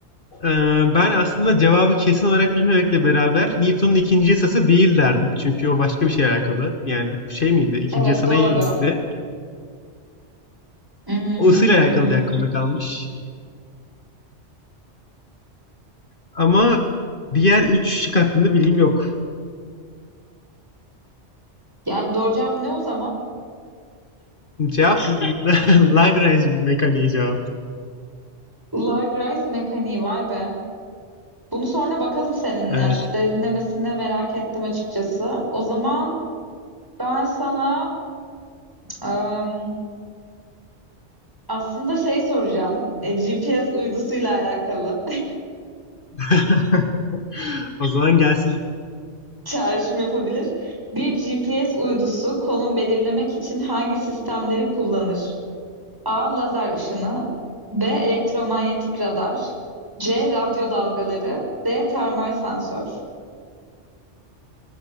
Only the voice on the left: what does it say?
e, ben aslında cevabı kesin olarak bilmemekle beraber Newton'un ikinci yasası değil derdim. Çünkü o başka bir şeyle alakalı. Yani şey miydi? İkinci
yasa
neydi?
O ısıyla alakalı diye aklımda kalmış. Ama diğer üç şık hakkında bilgim yok.
Cevap <laughs> Lagrange mekaniği cevap.
Evet.
<laughs> O zaman gelsin.